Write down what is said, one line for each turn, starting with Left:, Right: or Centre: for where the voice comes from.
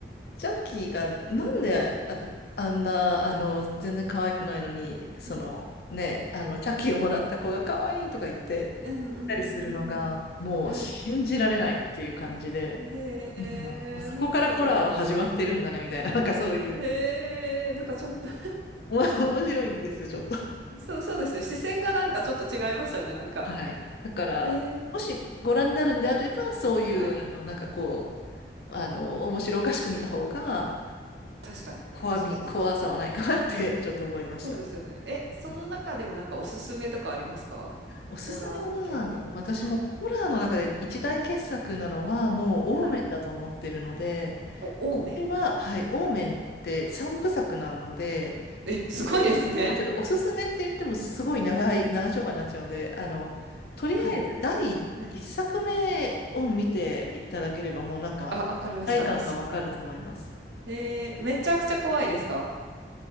Left: ジャッキーがなんであ、
Right: う
Left: あんな、あの、全然可愛くないのに、その、
Right: んうん。
Left: ね、あの、チャッキーをもらった子が可愛いとか言って
Right: うんうん。
Left: たりするのが、
Right: うんうんうんうんうん。
Left: もう信じられないっていう感じで
Right: はい。へえ、
Left: 見てます。もうそこからホラーは始まってるんだね、
Right: なんか
Left: みたいな、なんかそういう、
Right: へえ、なんかちょっと、
Left: お面白いんですよ、ちょっと。
Right: <laughs> そうそうですね。視線がなんかちょっと違いましたね、なんか。
Left: はい。だから、
Right: ええ、
Left: もしご覧になるんであれば、そういう、
Right: はい。
Left: あの、なんかこう、あの、面白おかしく見た方が、
Right: 確かにね、
Left: 怖み、
Right: そうです。
Left: そう怖さはないかなって、ちょっと思いました。
Right: そうですよね。え、その中でもなんかおすすめとかありますか？
Left: はいおすすめは、
Right: ホラー系で。
Left: あの、私もホラーの中で一大傑作なのは、
Right: はい、
Left: もう、
Right: はい。
Left: オーメンだと思ってるので、
Right: お、オーメン？
Left: これは、はい、オーメンって三部作なので、
Right: え、すごいですね。
Left: まあ、ちょっとおすすめって言ってもすごい長い、長丁場になっちゃうんで、あの、とりあえず第一作目を見ていただければもうなんか、
Right: はい、はい。あ、わかりました。
Left: 体感がわかると思います。
Right: 一作目。め。へえ、めちゃくちゃ怖いですか？